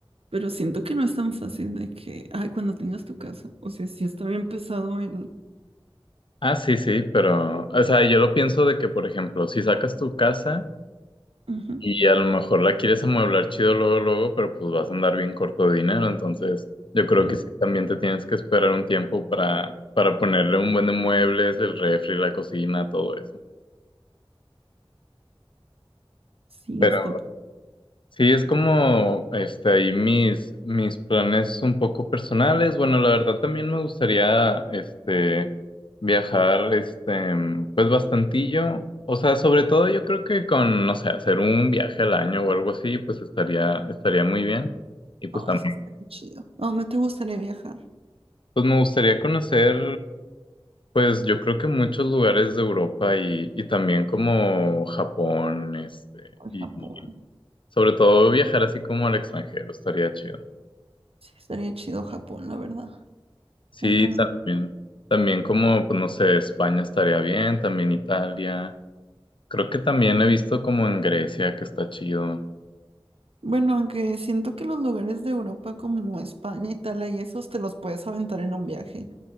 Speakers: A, on the right; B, on the left.
A: Pero siento que no es tan fácil de que, ay, cuando tengas tu casa. O sea, sí está bien pesado el.
B: Ah, sí, sí, pero, o sea, yo lo pienso de que, por ejemplo, si sacas tu casa
A: Ujú,
B: y a lo mejor la quieres amueblar chido luego, luego, pero pues vas a andar bien corto de dinero, entonces yo creo
A: Bueno,
B: que sí, también te tienes que esperar un tiempo para, para ponerle un buen de muebles, el refri, la cocina, todo eso.
A: sí
B: Pero
A: está. pe-
B: Sí, es como este, ahí mis, mis planes un poco personales. Bueno, la verdad también me gustaría este, viajar este, pues bastantillo. O sea, sobre todo yo creo que con, no sé, hacer un viaje al año o algo así, pues estaría, estaría muy bien. Y pues
A: Ay,
B: también,
A: sí estaría chido. ¿A dónde te gustaría viajar?
B: pues me gustaría conocer, pues yo creo que muchos lugares de Europa y, y también como Japón, este,
A: Ay,
B: y
A: Japón.
B: sobre todo viajar así como al extranjero, estaría chido.
A: Sí, estaría chido Japón, la verdad.
B: Sí,
A: Ahí también
B: también. También como, pues no sé, España estaría bien, también Italia. Creo que también he visto como en Grecia que está chido.
A: Bueno, aunque siento que los lugares de Europa como España, Italia y esos te los puedes aventar en un viaje,